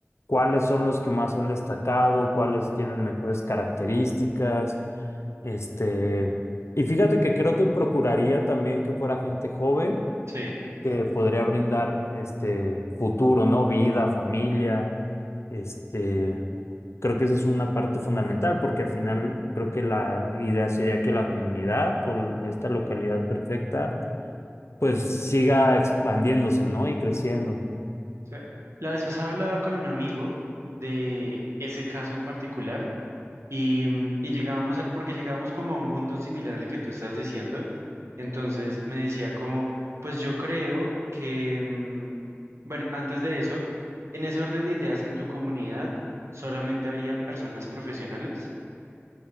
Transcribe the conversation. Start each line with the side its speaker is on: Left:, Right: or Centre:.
Left: cuáles son los que más han destacado, cuáles tienen mejores características, este, y fíjate que creo que procuraría también que fuera gente joven
Right: Sí. O
Left: que podría brindar este futuro, ¿no? Vida, familia, este, creo que esa es una parte fundamental porque al final creo que la idea sería que la comunidad o l- esta localidad perfecta pues siga expandiéndose, ¿no? Y creciendo.
Right: sea, la vez pasada hablaba con un amigo de ese caso en particular Y, mm, y llegábamos al, porque llegábamos como a un punto similar al que tú estás diciendo. Entonces me decía como, pues yo creo que, mm, bueno, antes de eso, en ese orden de ideas en tu comunidad, solamente habrían personas profesionales.